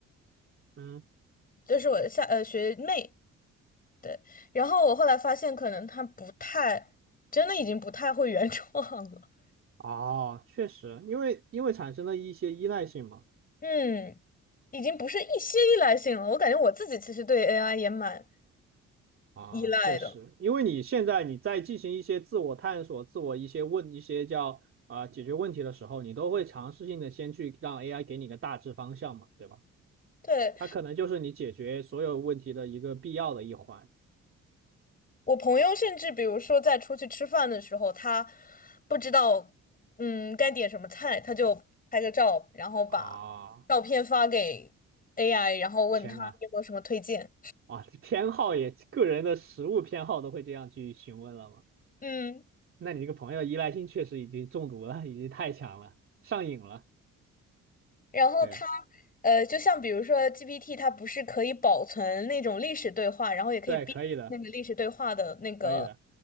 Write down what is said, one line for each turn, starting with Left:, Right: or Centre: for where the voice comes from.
Right: 嗯，
Left: 就是我的下呃学妹，对，然后我后来发现，可能他不太，真的已经不太会原创了。
Right: 哦，确实，因为因为产生了一些依赖性嘛。
Left: <laughs> 嗯，已经不是一些依赖性了。我感觉我自己其实对 AI 也蛮
Right: 啊，
Left: 依赖的。
Right: 确实，因为你现在你在进行一些自我探索、自我一些问一些叫啊、解决问题的时候，你都会尝试性的先去让 AI 给你个大致方向嘛，对吧？
Left: 对，
Right: 它可能就是你解决所有问题的一个必要的一环。
Left: 我朋友甚至比如说在出去吃饭的时候，他不知道嗯该点什么菜，他就拍个照，然后把
Right: 啊，
Left: 照片发给 AI，然后问他你有没有什么推荐。
Right: 天呐，啊，偏好也，个人的食物偏好都会这样去询问了吗？
Left: 嗯。
Right: 那你这个朋友依赖性确实已经中毒了，已经太强了，上瘾了。
Left: 然后它，
Right: 对
Left: 呃，就像比如说 GPT，它不是可以保存那种历史对话，然后也可以编那个历史对话的那个，
Right: 对，可以的，可以的。